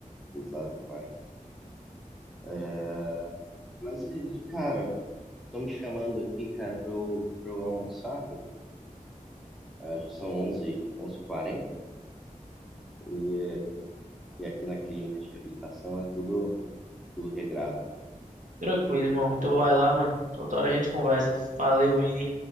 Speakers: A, in the centre; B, on the right.
A: pesado demais. É, mas, e, cara, estão me chamando aqui, cara, pra eu, pra eu almoçar, cara. Ah, já são onze onze h 40 e, e aqui na clínica de reabilitação é tudo, tudo regrado.
B: Tranquilo, irmão. Então vai lá, mano. Outra hora a gente conversa. Valeu, Vini.